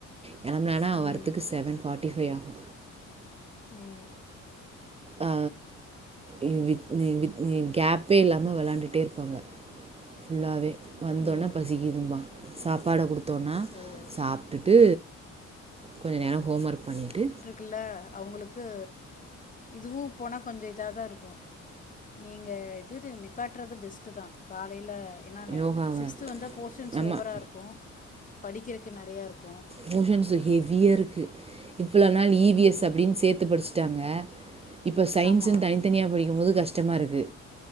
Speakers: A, on the right; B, on the left.
A: கெளம்னாலா அவ
B: ம்
A: வர்றத்துக்கு செவன் ஃப்ட்டி ஃபைவ ஆகு
B: ம்
A: ஆ இ வித் நீ வித் நீ கேப்பே இல்லாம வெளையாண்டுட்டே இருப்பாங்க ஃபுல்லாவே வந்தோன்ன
B: ஓ
A: பசிக்கிதும்பா சாப்பாட குடுத் த்தோனா
B: ஓ
A: சாப்டுட்டு கொஞ்ச நேரோ ஹோம் ஒர்க் பண்ணிட்டு
B: இருக்குள்ள அவுங்களுக்கு இதுவு போனா கொஞ்ச இதா தா இருக்கு நீங்க இது நிப்பாட்றது பெஸ்ட் தா காலைல என்னான
A: யோகாவை
B: சிக்ஸ்த்து வந்தா போர்ஷன்ஸ்
A: ஆமாம்
B: ஓவராக இருக்கு படிக்கிறதுக்கு நறையா இருக்கு
A: போஷன்ஸ் ஹெவியாக இருக்கு இவ்வுள நாள் இ பி
B: ம்
A: எஸ் அப்டின்னு சேத்து படிச்சுட்டாங்க இப்ப சயின்ஸ்சுன்னு
B: ஆமாம்
A: தனித்தனியாக படிக்கும்போது கஷ்ட கஷ்டமா இருக்கு